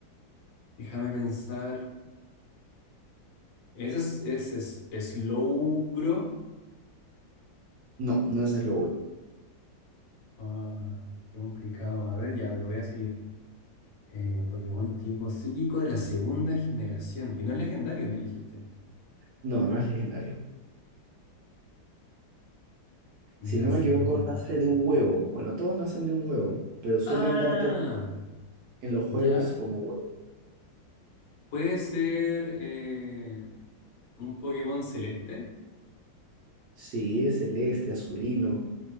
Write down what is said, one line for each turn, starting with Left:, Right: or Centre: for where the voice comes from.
Left: déjame pensar. Ese es, es, es, Slowbro.
Right: No, no es el
Left: Ah, qué complicado. A ver, ya, pero voy a seguir. Eh, Pokémon tipo psíquico de la segunda generación. Y no es legendario, me dijiste.
Right: No, no es legendario.
Left: De
Right: Si
Left: la
Right: no me
Left: segunda.
Right: equivoco, nace de un huevo. Bueno, todos nacen de un huevo, pero suelen
Left: Ah,
Right: darte en los juegos
Left: ya.
Right: como huevo.
Left: Puede ser eh, un Pokémon celeste,
Right: Sí, es celeste, azulino.